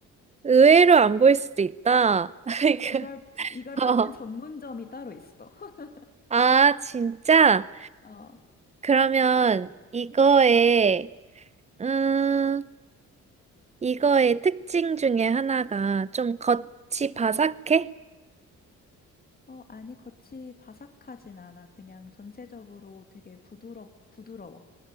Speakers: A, on the right; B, on the left.
A: 의외로 안 보일 수도 있다. <laughs> 아이고.
B: 이걸, 이걸 파는
A: 어.
B: 전문점이 따로 있어. <laughs>
A: 아, 진짜?
B: 어,
A: 그러면 이거의, 음, 이거의 특징 중에 하나가 좀 겉이 바삭해?
B: 어, 아니, 겉이 바삭하진 않아. 그냥 전체적으로 되게 부드럽, 부드러워.